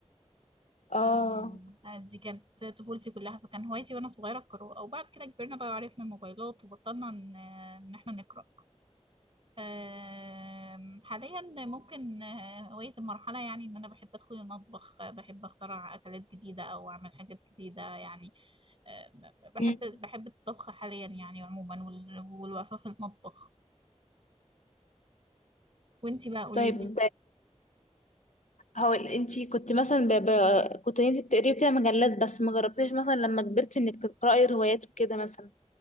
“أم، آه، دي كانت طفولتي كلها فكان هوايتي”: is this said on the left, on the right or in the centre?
Right